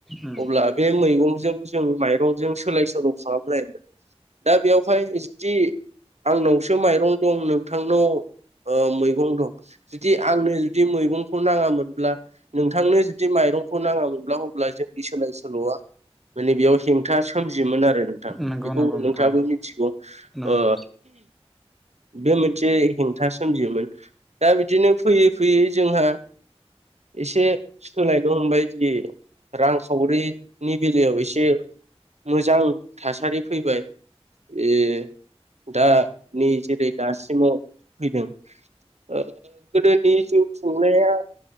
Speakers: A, in the centre; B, on the right (about 90°).
A: उम
B: अब्ला बे मैगंजों जों माइरंजों सोलाय सोल' खालामलायोमोन दा बेयावहाय जुदि आंनावसो माइरं दं नोंथांनाव मैगं दं जुदि आंनो जुदि मैगंखौ नाङामोनब्ला नोंथांनो जुदि माइरंखौ नाङाामोनब्ला अब्ला जोंनि सोलाय सोल'आ माने बेयाव हेंथा सोमजि मोन आरो नोंथां
A: नंगौ
B: बेखौ
A: नंगौ
B: नोंथाङाबो
A: नोंथां नंगौ
B: मिथिगौ
A: नंगौ
B: ओ बे मोनसे हेंथा सोमजियोमोन दा बिदिनो फैयो फैयो जोंहा एसे सोलाय हमनो बायदि रांखावरि नि बेलायाव एसे मोजां थासारि फैबाय उम दा नै जेरै दासिमाव फैदों ओ गोदोनि जिउ खुंनाया